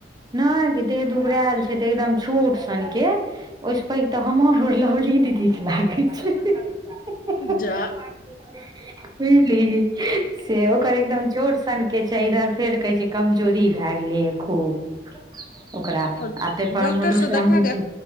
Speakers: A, on the right; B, on the left.
A: नहि गे देह दुबरायल छै तऽ एकदम छोट सनके ओहिस पैघ तऽ हमर लबली दीदीक लागैत छै बुझली
B: जा
A: से ओकर एकदम छोट सन के छै इधर फेर कहै छै कमजोरी भए गेलैए खूब ओकरा
B: और
A: आ ताहिपर
B: डॉक्टर
A: मधुश्रावणीके
B: से देखा के